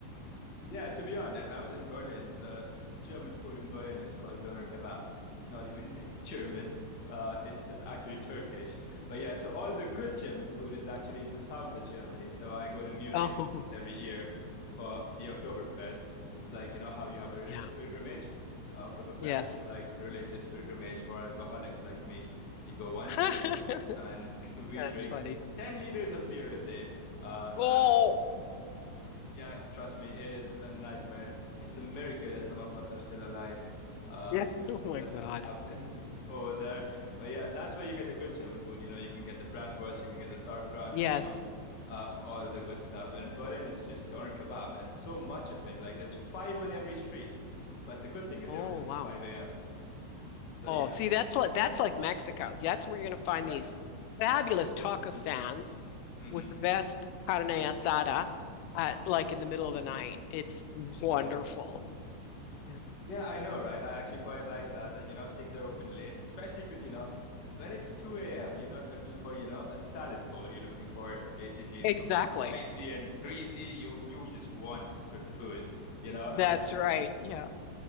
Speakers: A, on the left; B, on the left.
A: Yeah, to be honest, I was in Berlin. The German food in Berlin is called doner kebab. It's not even <laughs> German. Uh, it's actually Turkish. But yeah, so all the good German food is actually in the south of Germany. So I go to Munich
B: Oh,
A: once
B: <laughs>
A: every year for the Oktoberfest. It's like, you know, how you have a religious
B: yeah.
A: pilgrimage. Uh, Oktoberfest
B: Yes.
A: is like the religious pilgrimage for alcoholics like me. We go once
B: <laughs>
A: a year and <laughs> we
B: That's
A: drink
B: funny.
A: 10 liters of beer a day. Uh,
B: Oh,
A: and yeah, trust me, it is a nightmare. It's a miracle that some of us are still alive. Uh,
B: yes. <laughs> Oh
A: things
B: my
A: that
B: God.
A: <laughs> happen over there. But yeah, that's where you get the good German food. You know, you can get the bratwurst, you can get the sauerkraut,
B: Yes.
A: and you know, uh, all the good stuff. But in Berlin, it's just doner kebab and so much of it. Like there's five on every street. But the good thing is
B: Oh,
A: they're open till
B: wow.
A: 5 a.m. So,
B: Oh,
A: you know,
B: see, that's like that's like Mexico. That's where you're going to find
A: yeah.
B: these fabulous taco
A: hmm
B: stands
A: hmm
B: with the best carne asada
A: hmm
B: at like in the middle of the night. It's wonderful.
A: hmm
B: Yeah.
A: Yeah, I know, right? I actually quite like that, that, you know, things are open late, especially because, you know, when it's 2 a.m., you're not looking for, you know, a salad bowl. You're looking for basically something
B: Exactly.
A: spicy and greasy. You you just want good food, you know, and
B: That's right. Yeah.